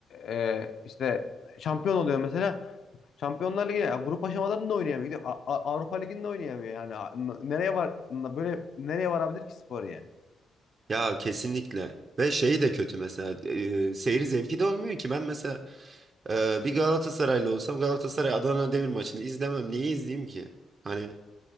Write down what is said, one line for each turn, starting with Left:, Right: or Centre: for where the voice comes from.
Left: e, işte şampiyon oluyor mesela. Şampiyonlar Ligi'ne ya grup aşamalarında oynayamıyor. Gidip A- A- Avrupa Ligi'nde oynayamıyor yani. A- n- Nereye var n- böyle nereye varabilir ki spor yani?
Right: Ya kesinlikle. Ve şey de kötü mesela e, seyir zevki de olmuyor ki. Ben mesela e, bir Galatasaraylı olsam Galatasaray Adana Demir maçını izlemem. Niye izleyeyim ki? Hani